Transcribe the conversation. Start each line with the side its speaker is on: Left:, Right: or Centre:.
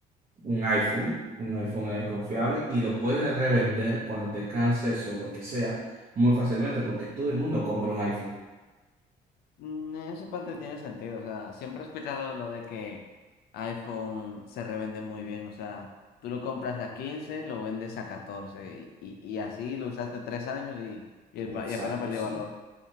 Right: un iPhone, un iPhone es confiable y lo puedes revender cuando te canses o lo que sea muy fácilmente porque todo el mundo compra un iPhone.
Left: Mm, en Esa parte tiene sentido, o sea, siempre he escuchado lo de que iPhone se revende muy bien, o sea, tú lo compras a 15, lo vendes a 14, y, y- y así lo usaste tres años y, y el
Right: Exacto,
Left: va- y apenas perdió
Right: sí.
Left: valor.